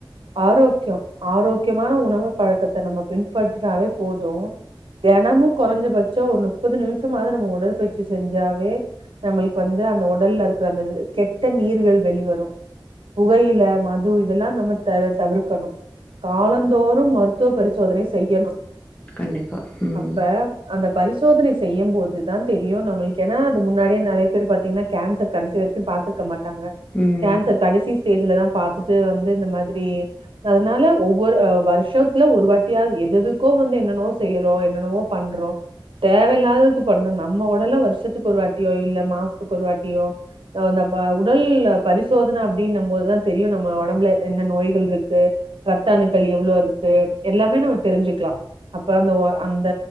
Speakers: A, on the right; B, on the left.
A: ஆரோக்கியோ ஆரோக்கியமான உணவு பழக்கத்த நம்ம பின்பற்றனாவே போது தெனமு கொறஞ்ச பட்சா ஒரு முப்பது நிமிஷ்மாது நம்ம உடற்பயிற்சி செஞ்சாவே நம்மளுக்கு வந்து அந்த உடல்ல இருக்கிற அந்த கெட்ட நீர்கள் வெளிவரு புகையில மது இதெல்லா நம்ம தர தவிர்க்கணு காலந்தோறு மருத்துவ பரிசோதனை செய்யனு
B: கண்டிப்பா. ம்.
A: அப்ப அந்த பரிசோதனை செய்யம் போதுதா தெரியு நம்மளுக்கு என் ன்ன அது முன்னாடியே நெறைய பேர் பாத்தீங்கன்னா கேன்சர் கடைசி வரைக்கு பாத்துருக்கமாட்டாங்க
B: ம்.
A: கேன்சர் கடைசி ஸ்டேஜ்லதா பாத்துட்டு வந்து இந்த மாதிரி அதனால ஒவ்வொரு வருஷ்த்துல ஒரு வாட்டியாவது எத எதுக்கோ வந்து என்னென்னவோ செய்றோ என்னென்னவோ பண்றோ தேவையில்லாததுக் பண்ணு நம்ம உடல்ல வருஷத்துக்கு ஒருவாட்டியோ இல்ல மாசத்துக்கு ஒருவாட்டியோ அப்ப உடல் பரிசோதன அப்பிடின்னு போதா தெரியு நம்ம ஒடம்புல என்ன நோய்கள் இருக் க்கு ரத்த அணுக்கள் எவ்ளோ இருக்கு எல்லாமே நம்ம தெரிஞ்சிக்கலா அப்ப அந்த ஒ அந்த